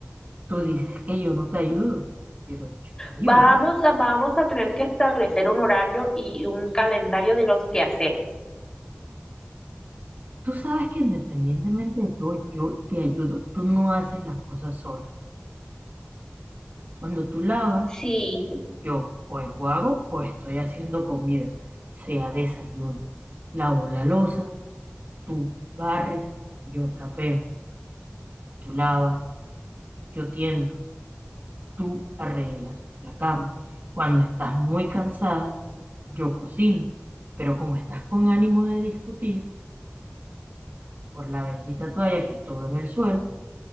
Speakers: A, on the right (about 45°); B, on the left (about 15°).
A: Tú dices que yo no te ayudo, pero yo te
B: Vamos
A: ayudo.
B: a, vamos a tener que establecer un horario y un calendario de los quehaceres.
A: Tú sabes que independientemente de todo, yo te ayudo. Tú no haces las cosas sola. Cuando tú lavas,
B: Sí,
A: yo o enjuago o estoy haciendo comida, sea desayuno. Lavo la loza, tú barres, yo trapeo, tú lavas, yo tiendo. tú arreglas la cama. Cuando estás muy cansada, yo cocino, pero como estás con ánimo de discutir por la bendita toalla que estuvo en el suelo,